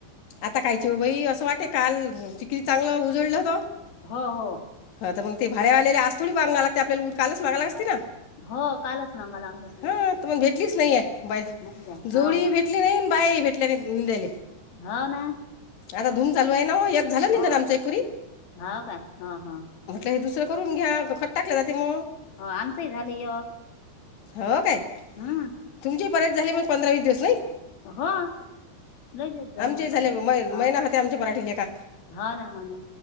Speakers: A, on the left; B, on the left.
A: आता कायची हो बाई असं वाटे काल चिकली चांगलं उजळलंत
B: हो हो
A: हा तर मग ते भाड्यावरआलेले आज थोडी मागावं लागते आपल्याला कालच मागाला आली असती ना
B: हो कालच मंगा लागत होती
A: हा तर मग भेटलीच नाही आहे बाई
B: नाही काय
A: जोडीही
B: हो हो
A: भेटली नाही बाई ही भेटली कल्या निंदेली
B: हा ना
A: आता धूम चालू आहे ना एक झालं नाही
B: हो
A: तर आमच एकपरी
B: हो काय हो हो
A: हे दुसरं करून घ्या खट टाकलं जाते म
B: हो आमचंही झालं य
A: हो काय
B: हा
A: तुमचे ही परत झाले मग पंधरा वीस दिवस नाही
B: हो लई दिवस झाले
A: ची झाले
B: पण हा
A: महिना होते आमचे मराठी लेखा
B: हो ना हो ना